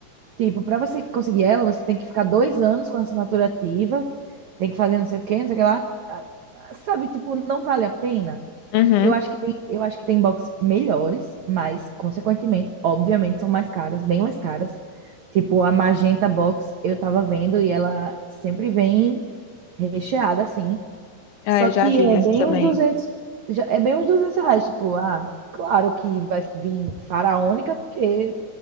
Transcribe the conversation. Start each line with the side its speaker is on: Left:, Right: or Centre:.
Right: tipo, para você conseguir ela, você tem que ficar dois anos com a assinatura ativa tem que fazer não sei o quê, não sei o que lá. Sabe, tipo, não vale a pena.
Left: Uhum.
Right: Eu acho que tem, eu acho que tem box melhores, mas, consequentemente, obviamente, são mais caros bem mais caras. Tipo, a Magenta Box eu tava vendo e ela sempre vem recheada, assim.
Left: Ah,
Right: Só
Left: eu
Right: que
Left: já vi
Right: é
Left: essa
Right: bem
Left: também.
Right: uns duzentos já- é bem uns 200 reais. Tipo, ah, claro que vai vir faraônica, porque